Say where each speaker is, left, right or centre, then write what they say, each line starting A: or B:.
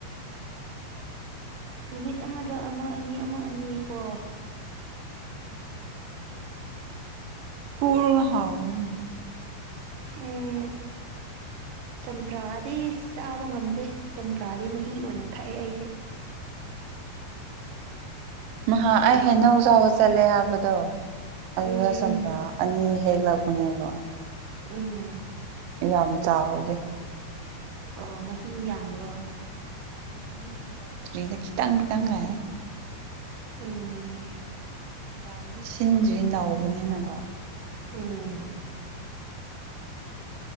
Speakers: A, on the right (about 65°); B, on the right (about 90°).
A: ꯅꯨꯃꯤꯠ ꯑꯃꯗ ꯑꯃ ꯑꯅꯤ ꯑꯃ ꯑꯅꯤ ꯀꯣ
B: ꯎꯝ ꯁꯨꯔꯒ ꯍꯥꯎꯕꯅꯦ
A: ꯎꯝ
B: <inaudible>
A: ꯆꯝꯄ꯭ꯔꯥꯗꯤꯁ ꯆꯥꯕ ꯉꯝꯗꯦ ꯆꯝꯄ꯭ꯔꯥꯗꯤ ꯃꯍꯤ ꯑꯣꯏꯅ ꯊꯛꯑꯦ ꯑꯩꯗꯤ
B: <inaudible> ꯅꯍꯥ
A: ꯆꯝꯄ꯭ꯔꯥ
B: ꯑꯩ ꯍꯩꯅꯧ ꯆꯥꯎꯕ ꯆꯠꯂꯦ ꯍꯥꯏꯕꯗꯣ ꯑꯗꯨꯗ
A: ꯎꯝ
B: ꯆꯝꯄ꯭ꯔꯥ ꯑꯅꯤ ꯍꯦꯛꯂꯥꯛꯄꯅꯦꯕ
A: ꯎꯝ
B: ꯌꯥꯝ ꯆꯥꯎꯗꯦ
A: ꯑꯣ ꯃꯍꯤ ꯌꯥꯝꯕꯔꯣ
B: ꯃꯍꯤ ꯂꯩꯇ꯭ꯔꯤꯗ ꯈꯤꯇꯪ ꯈꯤꯇꯪ ꯂꯩꯌꯦ
A: ꯎꯝ
B: ꯌꯥꯝꯗꯤ ꯁꯤꯟꯗ꯭ꯔꯤ ꯅꯧꯕꯅꯤꯅꯀꯣ
A: ꯎꯝ